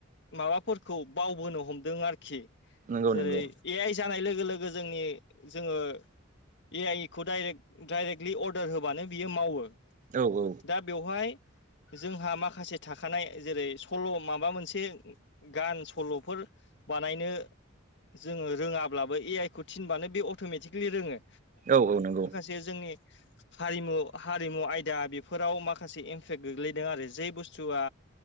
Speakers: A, on the left; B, on the right.
A: माबाफोरखौ बावबोनो हमदों आरोखि
B: नंगौ
A: जेरै
B: नंगौ
A: ए आइ जानाय लोगो लोगो जोंनि जोङो ए आइ खौे डाइरेक्ट डाइरेक्टलि अर्डार होबानो बियो मावो।
B: औ औ
A: दा बेवहाय जोंहा माखासे थाखानाय जेरै सल' माबा मोनसे गान सल'फोर बानायनो जोङो रोङाब्लाबो ए आइ खौ थिनबानो बे अट'मेटिकलि रोङो।
B: औ औ नंगौ।
A: बे जोंनि हारिमु हारिमु आयदा बेफोराव माखासे इमपेक्ट गोग्लैदों आरो जे बुस थुआ